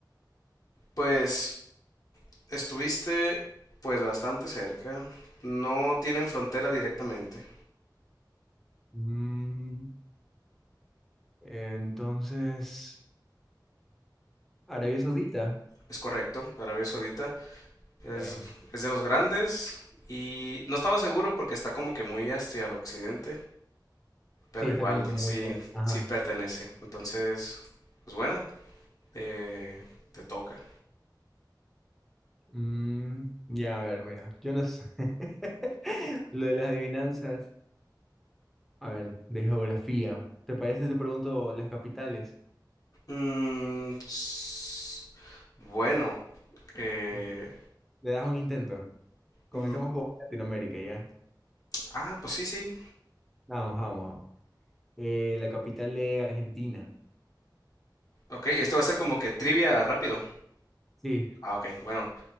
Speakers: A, on the left; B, in the centre.
A: pues Estuviste pues bastante cerca. No tienen frontera directamente.
B: Mm, entonces, Arabia Saudita.
A: Es correcto, Arabia Saudita es,
B: Bien.
A: es de los grandes y no estaba seguro porque está como que muy hacia el occidente, pero
B: Sí, está
A: igual
B: como que muy
A: sí,
B: bien. Ajá.
A: sí pertenece. Entonces, pues bueno, eh, te toca.
B: Mm, ya, a ver, mira. Yo no sé. <laughs> Lo de las adivinanzas. A ver, de geografía. ¿Te parece si te pregunto las capitales?
A: Mm, s- bueno, eh,
B: Mm. ¿Le das un intento? Comencemos
A: mm,
B: con Latinoamérica, ¿ya?
A: ah, pues sí, sí.
B: Vamos, vamos. vamos. Eh, la capital de Argentina.
A: Ok, esto va a ser como que trivia rápido.
B: Sí.
A: Ah, ok, bueno.